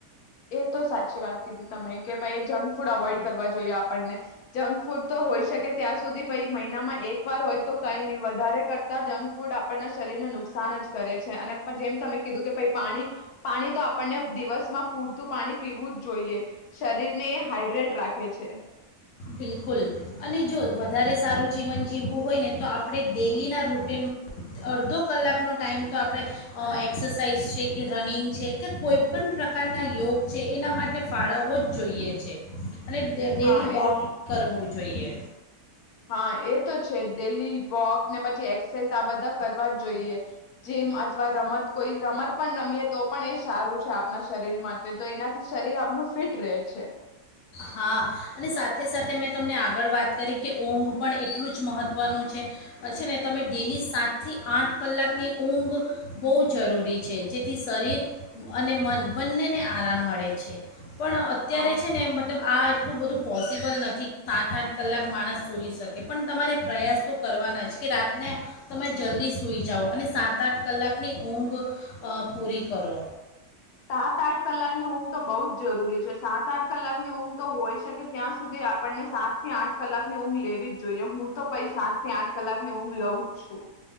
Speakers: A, on the left; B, on the left.
A: એ તો સાચી વાત કીધી તમે કે ભાઈ જંક ફૂડ અવોઈડ કરવા જોઈએ આપણને જંક ફૂડ તો હોઈ શકે ત્યાં સુધી ભઈ મહિનામાં એક વાર હોય તો કઈ નહી વધારે કરતા જંક ફૂડ આપણના શરીરને નુકસાન જ કરે છે અને જેમ તમે કીધું કે પાણી પાણી તો આપને દિવસ માં પૂર પાણી પીવું જ જોઈએ શરીરને હાાઈડ્રેટ રાખે છે.
B: બિલકુલ અને જો વધારે સારું જીવન જીવવું હોય ને તો આપણે ડેલીના રૂટન અડધો કલાકનો ટાઈમ તો આપણે એક્સરસાઇઝ છે કે રનિંગ છે કે કોઈપણ પ્રકારના યોગ છે એના માટે ફાળવવો જ જોઈએ છે. અને ડ ડેલી
A: હા
B: વોક
A: એ
B: હોવું જોઈએ
A: હા એ તો છે જ ડેલી વોક ને પછી એક્સરસાઇઝ આ બધા કરવા જ જોઈએ જીમ અથવા રમત કોઈ રમત પણ રમીએ તો પણ એ સારું છે આપણા શરીરમાં તો એનાથી શરીર આપણું ફિટ રહે છે.
B: હા અને સાથે સાથે મેં તમને આગળ વાત કરી કે ઊંઘ પણ એટલું જ મહત્ત્વનું છે છે ને તમે ડેલી સાતથી આઠ કલાકની ઊંઘ બહુ જરૂરી છે જેથી શરીર અને મન બંનેને આરામ મળે છે. પણ અત્યારે
A: હા
B: છે ને એ આ એટલું બધું પોસિબલ નથી સાત આઠ કલાક માણસ સૂઈ શકે પણ તમારે પ્રયાસ તો કરવાના જ કે રાતને તમે જલ્દી સૂઈ જાઓ અને સાત આઠ કલાકની ઊંઘ પૂરી કરો
A: સાત આઠ કલાક ની ઊંઘ તો બહુ જ જરૂરી છે. સાત આઠ કલાકની ઊંઘ તો હોય શકે ત્યાં સુધી આપણને સાત થી આઠ કલાકની ઊંઘ લેવી જ જોઈએ હું તો પછ સાત થી આઠ કલાકની ઊંઘ લઉં જ છું.